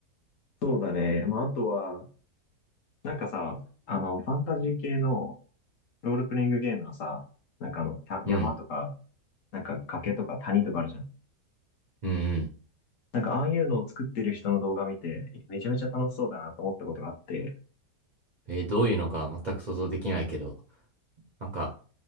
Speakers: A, on the left; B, on the right.
A: そうだね。まあ、あとは、なんかさ、あの、ファンタジー系の、ロールプレイングゲームのさ、なんかあの、た山とか、
B: うん。
A: なんか崖とか谷とかあるじゃん。
B: うんうん。
A: なんかああいうのを作ってる人の動画見て、めちゃめちゃ楽しそうだなと思ったことがあって、
B: えーどういうのか全く想像できないけど。なんか、